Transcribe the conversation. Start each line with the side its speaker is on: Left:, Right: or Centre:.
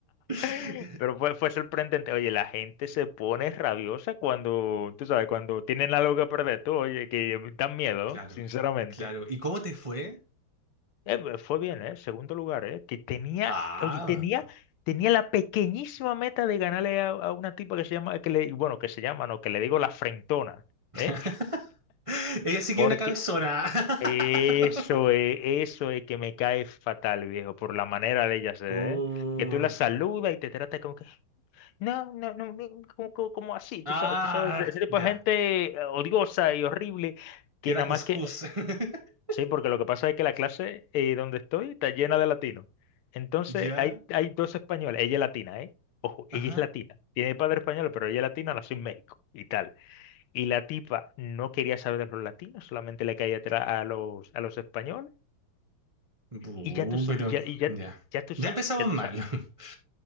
Right: <laughs>
Left: <laughs> Pero fue, fue sorprendente. Oye, la gente se pone rabiosa cuando, tú sabes, cuando tienen algo que perder. Tú, oye, que dan miedo,
Right: Claro,
Left: sinceramente.
Right: claro. ¿Y cómo te fue?
Left: Eh, pues, fue bien, ¿eh? Segundo lugar, ¿eh? Que tenía,
Right: Ah,
Left: oye, tenía, tenía la pequeñísima meta de ganarle a, a una tipa que se llama, que le, bueno, que se llama, no, que le digo la frentona,
Right: <laughs>
Left: ¿eh?
Right: ella sí
Left: Porque
Right: que es una cabezona. <laughs>
Left: eso es, eso es que me cae fatal, viejo, por la manera de ella ser,
Right: Oh.
Left: ¿eh? Que tú la saludas y te trata como que... No, no, no, no, como, como- como así,
Right: Ah,
Left: tú sabes, tú sabes, ese tipo
Right: ya.
Left: de gente eh, odiosa y horrible, que
Right: Queda
Left: nada
Right: cuscús.
Left: más que,
Right: <laughs>
Left: sí, porque lo que pasa es que la clase eh, donde estoy está llena de latinos. Entonces,
Right: Ya.
Left: hay, hay dos españoles, ella es latina, ¿eh? Ojo, ella
Right: Ajá.
Left: es latina, tiene padre español, pero ella es latina, nació en México y tal. Y la tipa no quería saber de los latinos, solamente le caía atrás a los, a los españoles.
Right: Bu,
Left: Y ya tú, s-
Right: pero
Left: y ya, y ya,
Right: ya.
Left: ya tú sabes,
Right: Ya empezamos
Left: ya
Right: mal.
Left: tú sabes.
Right: <laughs>